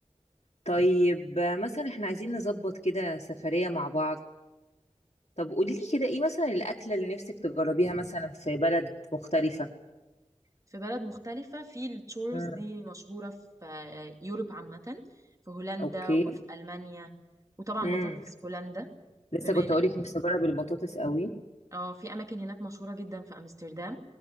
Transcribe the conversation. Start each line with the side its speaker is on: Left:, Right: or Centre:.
Left: طيب آه، مثلا احنا عايزين نظبط كده سفرية مع بعض طب قولي لي كده ايه مثلا الأكلة اللي نفسك تجربيها مثلا في بلد مختلفة
Right: في بلد مختلفه في التورز
Left: امم
Right: دي مشهوره في آه، يوروب عامه في هولندا
Left: اوكي
Right: وفي المانيا وطبعا
Left: امم
Right: بطاطس هولندا
Left: لسه
Right: بما
Left: كنت
Right: ان
Left: اقولك
Right: إح-
Left: نفسي اجرب البطاطس قوي
Right: اه في اماكن هناك مشهوره جدا في امستردام